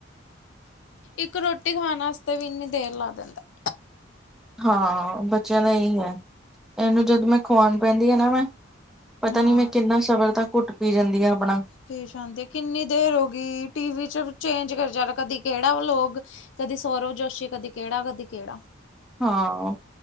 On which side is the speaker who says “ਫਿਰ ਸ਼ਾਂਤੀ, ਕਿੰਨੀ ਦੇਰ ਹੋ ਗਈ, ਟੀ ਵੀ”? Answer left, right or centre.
Left